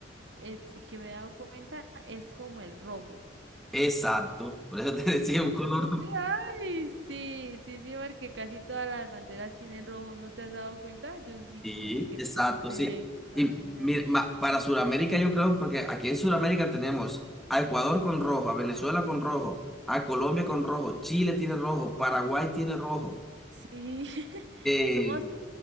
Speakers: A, on the right; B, in the centre.
A: Es que me he dado cuenta, es como el rojo.
B: Exacto, por eso te <laughs> decía un
A: Entonces,
B: color.
A: sí, ay, sí, sí, sí, porque casi todas las banderas tienen rojo, ¿no te has dado cuenta? Yo sí,
B: Sí,
A: como que
B: exacto,
A: de
B: sí.
A: esta
B: Y
A: vaina.
B: mira, ma- para Sudamérica yo creo, porque aquí en Sudamérica tenemos a Ecuador con rojo, a Venezuela con rojo, a Colombia con rojo, Chile tiene rojo, Paraguay tiene rojo.
A: Sí, <laughs>
B: Eh,
A: somos